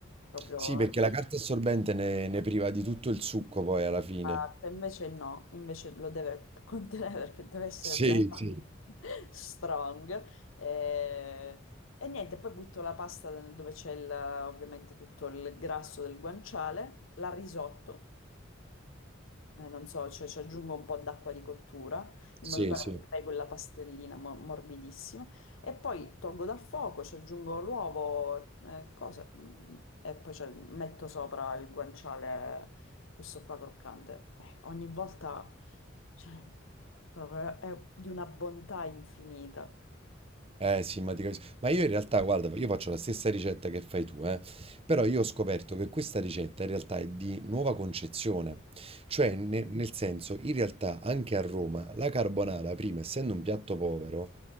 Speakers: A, on the left; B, on the right.
A: proprio
B: Sì, perché
A: eh.
B: la carta assorbente ne, ne priva di tutto il succo poi alla fine.
A: Esatto, invece no, invece lo deve contenere perché deve essere
B: Sì,
A: bello,
B: sì,
A: <laughs> strong. E, e niente, poi butto la pasta dove c'è il- ovviamente tutto il grasso del guanciale, la risotto eh, non so, cioè ci aggiungo un po' d'acqua di cottura in
B: sì,
A: modo tale
B: sì.
A: che crei quella pastellina mo- morbidissima e poi tolgo dal fuoco, ci aggiungo l'uovo, eh, cosa, mm, e poi ci metto sopra il guanciale, questo qua croccante. Eh, ogni volta, cioè, proprio è di una bontà infinita.
B: Eh sì, ma ti capisco. Ma io in realtà, guarda, io faccio la stessa ricetta che fai tu, eh. Però io ho scoperto che questa ricetta in realtà è di nuova concezione. Cioè, ne- nel senso, in realtà anche a Roma la carbonara, prima, essendo un piatto povero,